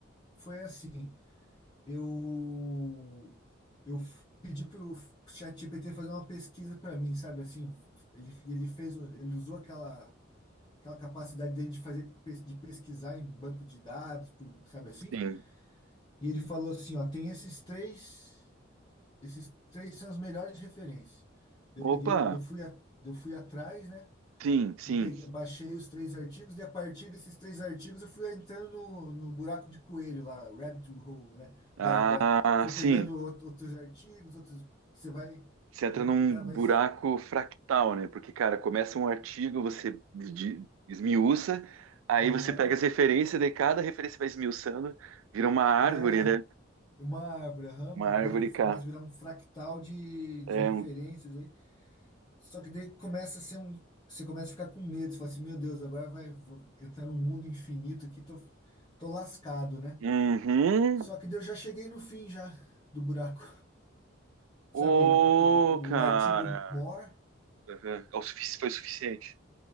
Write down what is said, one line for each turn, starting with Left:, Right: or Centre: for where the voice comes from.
Left: foi assim. eu eu f- pedi pro ChatGPT fazer uma pesquisa para mim, sabe assim, ele ele fez, o- ele usou aquela aquela capacidade dele de fazer pes- de pesquisar em banco de dados, por- sabe assim?
Right: Sim.
Left: E ele falou assim, ó, tem esses três, esses três são as melhores referências. Eu peguei,
Right: Opa,
Left: eu fui a, eu fui atrás, né?
Right: sim, sim.
Left: e peguei, baixei os três artigos, e a partir desses três artigos eu fui entrando no, no buraco de coelho lá, rabbit hole, né?
Right: Ah,
Left: Da, da, fui
Right: sim.
Left: pegando out- outros artigos, outros. Você vai
Right: Você entra
Left: vendo
Right: num
Left: que o cara
Right: buraco
Left: vai. s-
Right: fractal, né? Porque, cara, começa um artigo, você de- esmiuça, aí
Left: Aham.
Right: você pega as referências, de cada referência vai esmiuçando, vira uma árvore,
Left: é.
Right: né?
Left: Uma árvore, aham, uma
Right: Uma árvore
Left: vira,
Right: cá.
Left: começa a virar um fractal de, de
Right: É
Left: referências
Right: um.
Left: aí. Só que daí começa a ser um. Você começa a ficar com medo, você fala assim, meu Deus, agora vai vou entrar num mundo infinito aqui, tô, tô lascado, né?
Right: Uhum.
Left: Só que daí eu já cheguei no fim já do buraco.
Right: Ô,
Left: Sabe o, o,
Right: cara.
Left: o artigo more,
Right: Aham. É o sufici- foi o suficiente.